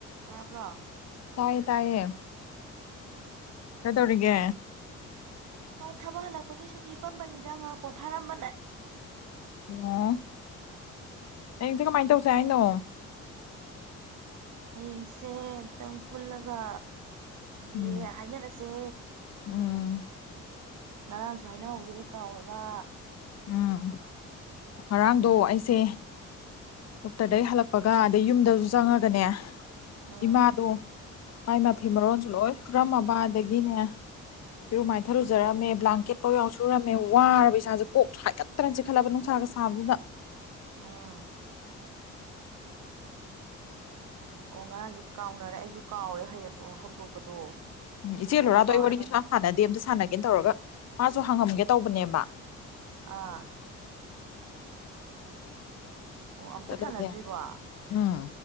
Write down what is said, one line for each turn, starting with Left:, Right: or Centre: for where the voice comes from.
Right: ꯇꯥꯄ꯭ꯔ
Left: ꯇꯌꯦ ꯇꯥꯏꯌꯦ
Right: ꯎꯝ
Left: ꯀꯗꯧꯔꯒꯦ
Right: ꯑꯣ ꯊꯕꯛ ꯍꯜꯂꯛꯄꯒꯤ ꯁꯨꯝ ꯍꯤꯞꯄꯝꯕꯅꯤꯗ ꯉ ꯄꯣꯊꯥꯔꯝꯕꯅꯦ
Left: ꯑꯣ ꯍꯌꯦꯡꯁꯦ ꯀꯃꯥꯏꯅ ꯇꯧꯁꯦ ꯍꯥꯏꯅꯣ
Right: ꯍꯌꯦꯡꯁꯦ ꯑꯃꯨꯇꯪ ꯄꯨꯜꯂꯒ ꯌꯦ
Left: ꯎꯝ
Right: ꯍꯥꯏꯅꯔꯁꯦ
Left: ꯎꯝ
Right: ꯉꯔꯥꯡꯁꯨ ꯍꯥꯏꯅꯍꯧꯗꯨ꯭ꯔꯦ ꯀꯥꯎꯔꯒ
Left: ꯎꯝ ꯉꯔꯥꯡꯗꯣ ꯑꯩꯁꯦ ꯗꯣꯛꯇꯔꯗꯒꯤ ꯍꯜꯂꯛꯄꯒ ꯑꯗꯩ ꯌꯨꯝꯗꯁꯨ ꯆꯪꯉꯒꯅꯦ
Right: ꯎꯝ
Left: ꯏꯃꯥꯗꯣ ꯃꯥꯏ ꯃꯐꯤ ꯃꯔꯣꯟꯁꯨ ꯂꯣꯏ ꯄꯨꯔꯝꯃꯕꯗꯒꯤꯅꯦ ꯐꯔꯣ ꯃꯥꯏꯊꯥ ꯐꯖꯔꯝꯃꯦ ꯕ꯭ꯂꯥꯡꯀꯦꯠꯥꯎ ꯌꯥꯎ ꯁꯨꯔꯝꯃꯦ ꯋꯥꯔꯕ ꯏꯁꯥꯁꯦ ꯀꯣꯛ ꯍꯥꯏꯒꯠꯇꯅ ꯆꯤꯛꯈꯠꯂꯕ ꯅꯨꯡꯁꯥꯒ ꯁꯥꯕꯗꯨꯗ
Right: ꯑꯥ ꯑꯣ ꯉꯔꯥꯡꯁꯦ ꯀꯥꯎꯅꯔꯦ ꯑꯩꯁꯨ ꯀꯥꯎꯔꯦ ꯍꯌꯦꯡ ꯍꯧꯗꯣꯛꯄꯗꯣ
Left: ꯎꯝ ꯏꯆꯦꯜ
Right: ꯑꯃꯁꯨ
Left: ꯂꯨꯔꯥꯗꯣ
Right: ꯀꯥꯎꯔꯦ
Left: ꯑꯩ ꯋꯥꯔꯤꯁꯨ
Right: ꯑꯃꯁꯨ
Left: ꯁꯥꯟꯅꯗꯦ ꯑꯝꯇ ꯁꯥꯟꯅꯒꯦꯅ ꯇꯧꯔꯒ ꯃꯥꯁꯨ ꯍꯪꯉꯝꯒꯦ ꯇꯧꯕꯅꯦꯕ
Right: ꯑꯥ ꯑꯣ ꯑꯝꯇ
Left: ꯆꯠꯂꯗꯤ
Right: ꯁꯥꯟꯅꯗ꯭ꯔꯤꯕꯣ ꯑꯣ
Left: ꯎꯝ